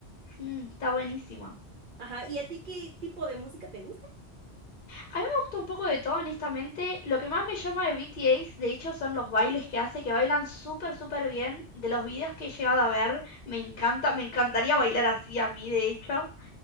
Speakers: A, on the left; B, on the right.
A: mm, está buenísimo.
B: ajá, ¿y a ti qué tipo de música te gusta?
A: A mí me gusta un poco de todo, honestamente. Lo que más me llama de BTS, de hecho, son los bailes que hace, que bailan súper, súper bien. De los videos que he llegado a ver, me encanta, me encantaría bailar así a mí, de hecho.